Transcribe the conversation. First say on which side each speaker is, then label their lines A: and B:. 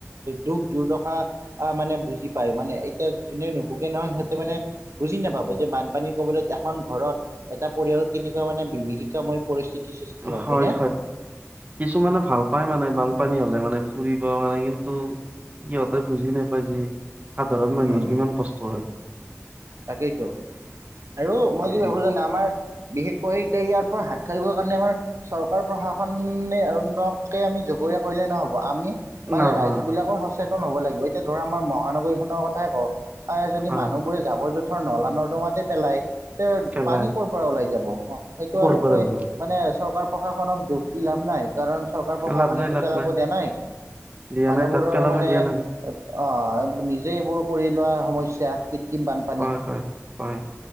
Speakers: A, on the right; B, on the right.
A: দুখ দুৰ্দশা আহ মানে বুজি পায় মানে এতিয়া যোনে নুবোগে নহয় সিহঁত মানে বুজি নাপাব যে বানপানী ক'বলৈ এখন ঘৰত এটা পৰিয়ালত কেনেকুৱা মানে বিভীষিকাময় পৰিস্থিতিৰ সৃষ্টি
B: হয়
A: হয়নে
B: কিছুমানে ভাল পাই। মানে বানপানী হলে মানে ফুৰিব মানে কিন্তু সিহঁতে বুজি নাপাই যি সাধাৰণ মানুহৰ
A: উম
B: কিমান কষ্ট হয়।
A: তাকেইতো, আৰু মই কি
B: এই
A: ভাবো জানে আমাৰ বিশেষকৈ এতিয়া ইয়াৰ পৰা হাত খাৰিবৰ কাৰণে আমাৰ চৰকাৰ প্ৰশাসনেকে আমি জগৰীয়া কৰিলেই নহ'ব আমি মানে
B: নাভা
A: ৰাইজ বিলাকো সচেতন হ'ব লাগে। এতিয়া ধৰা আমাৰ মহানগৰীখনৰ কথাই কওঁ যদি
B: হয়
A: মানুহবোৰে কগৰ জোঁথৰ নলা নৰ্দমাতে পেলাই। তে
B: পেলাই
A: পানী কৰ'ৰ পৰা ওলাই যাব সেইটো
B: কৰ
A: আৰু
B: পৰা
A: কৈ,
B: ওলাব
A: মানে চৰকাৰ প্ৰশাসনক দোষ দি লাভ নাই কাৰণ চৰকাৰ প্ৰশাসনেতো
B: লাভ নাই লাভ
A: পেলাব দিয় নাই।
B: দিয়া
A: মানুহবোৰৰ
B: নাই তাত পেলাব
A: মানে
B: দিয়া নাই ন
A: আহ নিজে এইবোৰ কৰি লোৱা সমস্যা বানপানী
B: হয় হয় হয়